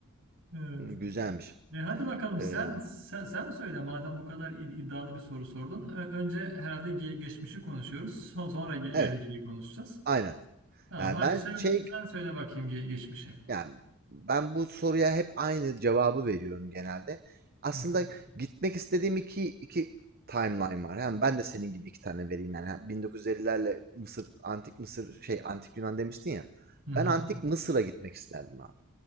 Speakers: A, on the right; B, on the right.
A: Evet.
B: güzelmiş.
A: E hadi bakalım sen,
B: Ee,
A: sen sen söyle madem bu kadar id- iddialı bir soru sordun. Ö- önce herhalde ge- geçmişi konuşuyoruz. Son- sonra ge- geleceği
B: Evet,
A: konuşacağız.
B: aynen.
A: Tamam
B: Yani
A: hadi
B: ben
A: sen
B: şey,
A: sen söyle bakayım ge- geçmişi.
B: yani ben bu soruya hep aynı cevabı veriyorum genelde. Aslında
A: Hı.
B: gitmek istediğim iki, iki timeline var. Hem ben de senin gibi iki tane vereyim yani. Hem 1950'lerle Mısır, Antik Mısır, şey Antik Yunan demiştin ya.
A: Hı hı.
B: Ben Antik Mısır'a gitmek isterdim abi.